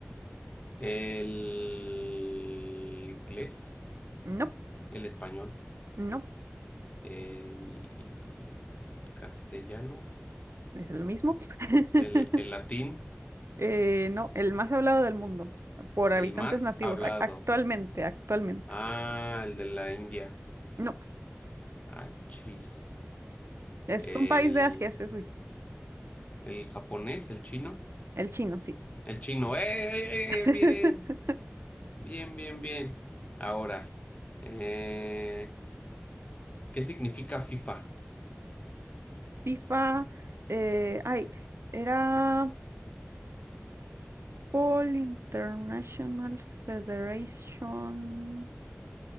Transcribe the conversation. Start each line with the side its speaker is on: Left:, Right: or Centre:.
Left: El inglés,
Right: No,
Left: el español,
Right: no,
Left: el castellano,
Right: es el mismo. <laughs>
Left: el, el latín,
Right: Eh, no, el más hablado del mundo por habitantes
Left: el más
Right: nativos
Left: hablado.
Right: ac- actualmente, actualmente.
Left: Ah, el de la India.
Right: No,
Left: Ah, chis.
Right: es
Left: El,
Right: un país de Asia, eso sí.
Left: el japonés, el chino.
Right: El chino, sí.
Left: El chino. ¡Eh! eh,
Right: <laughs>
Left: eh, eh! Bien. Bien, bien, bien. Ahora, eh, ¿qué significa FIFA?
Right: FIFA, eh, ay, era Football International Federation.